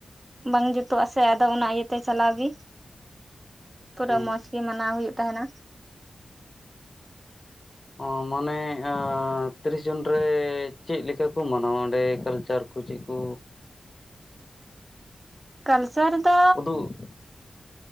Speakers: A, on the right; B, on the left.
A: ᱵᱟᱝ ᱡᱩᱛᱩᱜ-ᱟ ᱥᱮ ᱟᱫᱚ ᱚᱱᱟ ᱤᱭᱟᱹᱛᱮ ᱪᱟᱞᱟᱣ ᱜᱤ᱾ ᱯᱩᱨᱟᱹ
B: ᱦᱮᱸ
A: ᱢᱚᱸᱡᱽ ᱜᱮ ᱢᱟᱱᱟᱣ ᱦᱩᱭᱩᱜ ᱛᱟᱦᱮᱱᱟ᱾
B: ᱚ ᱢᱟᱱᱮ ᱟᱻᱸ ᱛᱤᱨᱤᱥ ᱡᱩᱱ ᱨᱮ ᱪᱮᱫ ᱞᱮᱠᱟ ᱠᱚ ᱢᱟᱱᱟᱣᱟ ᱚᱸᱰᱮ ᱠᱟᱞᱪᱟᱨ ᱠᱚ ᱪᱤᱜ ᱠᱚ?
A: ᱞᱟᱠᱪᱟᱨ ᱫᱚ
B: ᱩᱫᱩᱜ